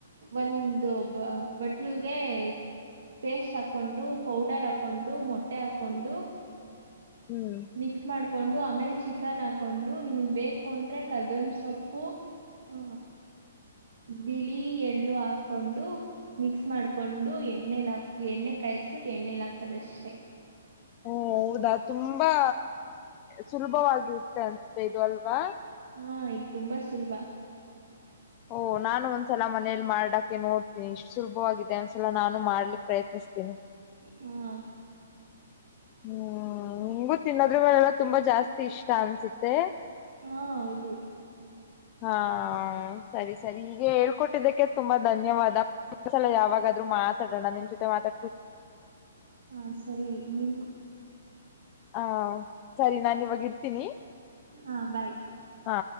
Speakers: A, on the right; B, on the left.
A: ಒಂದು ಬ ಬಟ್ಲುಗೆ ಪೇಸ್ಟ್ ಹಾಕೊಂಡು ಪೌಡರ್ ಹಾಕೊಂಡು ಮೊಟ್ಟೆ ಹಾಕೊಂಡು
B: ಹ್ಮ್
A: ಮಿಕ್ಸ್ ಮಾಡ್ ಹಾಕೊಂಡು ಆಮೇಲ್ ಚಿಕನ್ ಹಾಕೊಂಡು ನಿಮಗ್ ಬೇಕು ಅಂದ್ರೆ ಕರ್ಬೇಂಬ ಸೊಪ್ಪು ಹ ಬಿಳಿ ಎಳ್ಳು ಹಾಕೊಂಡು ಮಿಕ್ಸ್ ಮಾಡ್ಕೊಂಡು ಎಣ್ಣಲಿ ಹಾ ಎಣ್ಣೆ ಕಾಯಿಸಬಿಟ್ಟು ಎಣ್ಣೆಲಿ ಹಾಕದಷ್ಟೇ
B: ಹ್ಮ ಹೌದಾ ತುಂಬಾ ಸುಲಭವಾಗಿರುತ್ತೆ ಅನ್ಸುತ್ತೆ ಇದು ಅಲ್ವಾ
A: ಹಾ ಇದು ತುಂಬಾ ಸುಲಭ
B: ಓಹ ನಾನು ಒಂದ್ಸಲ ಮನೇಲಿ ಮಾಡಡಾಕೆ ನೋಡ್ತೀನಿ ಇಷ್ಟು ಸುಲಭವಾಗಿದೆ ಒಂದ್ಸಲ ನಾನು ಮಾಡ್ಲಿಕ್ ಪ್ರಯತ್ನ ತಿನ
A: ಹಾ
B: ಹ್ಮ್ ಹಂಗು ತಿನ್ನದ್ ಮೇಳೆಲ್ಲ ತುಂಬಾ ಜಾಸ್ತಿ ಇಷ್ಟ ಅನ್ಸುತ್ತೆ
A: ಹಾ ಹೌದು
B: ಹ ಸರಿ ಸರಿ ಹೀಗೆ ಹೇಳ್ಕೊಟ್ಟಿದ್ದಕ್ಕೆ ತುಂಬಾ ಧನ್ಯವಾದಲ ಯಾವಾಗಾದ್ರೂ ಮಾತ್ರ ಮಾತಡೋಣ ನಿಮ್ಮ ಜತೆ ಮಾತಾ
A: ಹಾ ಸರಿ ನೀ
B: ಆ ಸರಿ ನಾ ಇವಾಗ ಇರ್ತೀನಿ
A: ಹಾ ಬಾಯ್
B: ಹಾ